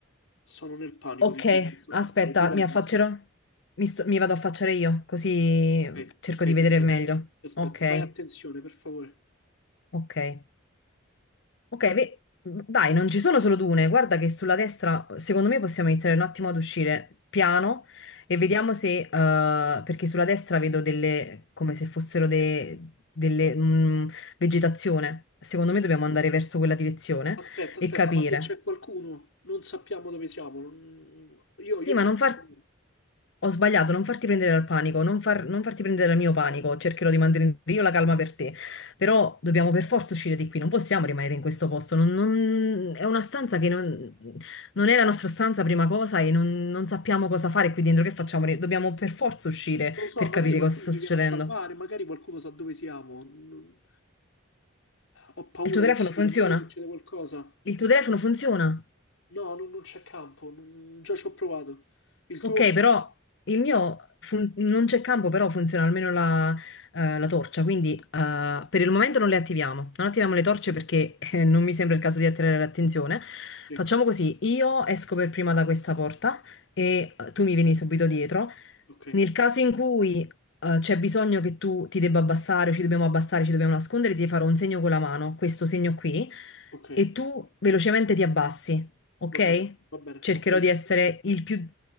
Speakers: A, on the left; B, on the left.
A: Sono nel panico,
B: Ok,
A: ti giuro, non so
B: aspetta,
A: che fare. Dov'è
B: mi
A: il
B: affaccerò?
A: muffler?
B: Mi, sto- mi vado a affacciare io, così
A: Ok,
B: cerco
A: ok,
B: di
A: ti
B: vedere
A: aspetto.
B: meglio.
A: Ti aspetto,
B: Ok,
A: fai attenzione, per favore.
B: ok. Ok, ve- dai, non ci sono solo dune. Guarda che sulla destra, secondo me, possiamo iniziare un attimo ad uscire piano e
A: Ok,
B: vediamo se, eh, perché sulla destra vedo delle, come se fossero de- delle, mm, vegetazione. Secondo
A: ok.
B: me dobbiamo andare verso quella direzione
A: Aspetta, aspetta,
B: e capire.
A: ma se c'è qualcuno, non sappiamo dove siamo. non- Io, io
B: Sì,
A: ho
B: ma
A: troppo
B: non far...
A: paura.
B: Ho sbagliato, non farti prendere dal panico, non, far- non farti prendere dal mio panico, cercherò di mantenere io la calma per te, però dobbiamo per forza uscire di qui, non possiamo rimanere in questo posto, non- non- è una stanza che non, non è la nostra stanza prima cosa e non, non sappiamo cosa fare qui dentro, che facciamo? Re- Dobbiamo per forza uscire
A: Non lo so,
B: per
A: magari
B: capire
A: qualcuno
B: cosa sta
A: ci
B: succedendo.
A: viene a salvare, magari qualcuno sa dove siamo. non- Ho paura
B: Il tuo telefono
A: di uscire,
B: funziona?
A: magari succede qualcosa.
B: Il tuo telefono funziona?
A: No, non, non c'è campo, non- già ci ho provato. Il tuo?
B: Ok, però il mio fun- non c'è campo, però funziona almeno la, eh, la torcia, quindi eh, per il momento non le attiviamo. Non attiviamo le torce perché eh, non mi sembra il caso di attirare l'attenzione.
A: Sì,
B: Facciamo così, io esco per prima da questa porta e eh, tu mi vieni subito dietro.
A: ok,
B: Nel caso in cui eh, c'è bisogno che tu ti debba abbassare, o ci dobbiamo abbassare, ci dobbiamo nascondere, ti farò un segno con la mano, questo segno qui,
A: ok,
B: e tu velocemente ti abbassi ok?
A: va bene, va bene,
B: Cercherò
A: ok,
B: di
A: io
B: essere il più